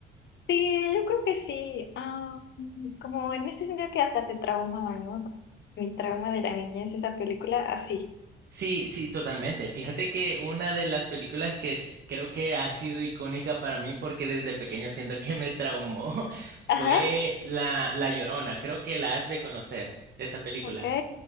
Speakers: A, on the left; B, on the right.
A: Sí, yo creo que sí. Ah, mm, como en ese sentido que hasta te traumaba, ¿no? Como Mi trauma de la niñez, esa película, así.
B: Sí, sí, totalmente. Fíjate que una de las películas que s- creo que ha sido icónica para mí porque desde pequeño siento que me traumó <laughs> fue
A: Ajá,
B: La, La Llorona. Creo que la has de conocer, esa película.
A: ok.